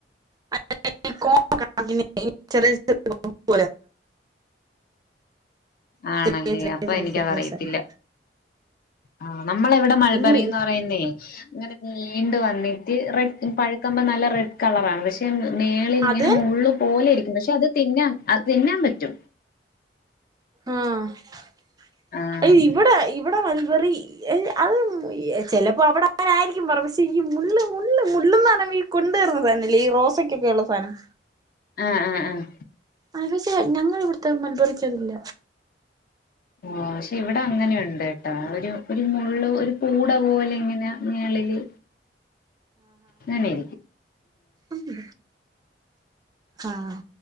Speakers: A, on the right; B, on the left.
A: <inaudible> ചെറിയ ചെറിയ <inaudible>
B: ആണല്ലേ
A: ചെറിയ ചെറിയ
B: അപ്പൊ
A: ചെറിയ
B: എനിക്കതറിയത്തില്ല
A: ചെറിയ സാധനം
B: ആ നമ്മള ഇവിടെ മൾബറിന്ന്
A: ഇനി
B: പറയുന്നേ ങ്ങനെ നീണ്ട വന്നിട്ട് റെഡ് പഴുക്കമ്പം നല്ല റെഡ് കളറാണ് പക്ഷേ പക്ഷെ മേളിൽ ഇങ്ങനെ
A: അത്
B: മള്ള് പോലെ ആയിരിക്കും പക്ഷെ അത് തിന്നാൻ അത് തിന്നാൻ പറ്റും
A: ആഹ്
B: ആഹ്
A: ഇവിടെ ഇവിടെ മൾബറി ല് അത് ചിലപ്പോ അവിടെ ന്നായിരിക്കും പറഞ്ഞ പക്ഷേ ഈ മുള്ള് മുള്ള ഈ കൊണ്ടുവരുന്ന സാനംല്ല ഈ റോസയ്ക്കൊക്കെയള്ള സാധനം
B: ആഹ് ആഹ് ആഹ്
A: അത് പക്ഷെ ഞങ്ങൾ ഇവിടുത്തെ മലബറിക്കതില്ല
B: ഓ പക്ഷെ ഇവിടെ അങ്ങനെയുണ്ട് കേട്ടോ ഒരു ഒരു മുള്ള് ഒരു കൂട പോലെ ഇങ്ങനെ മേളില് ങ്ങന ഇരിക്കും
A: ഉം ആഹ്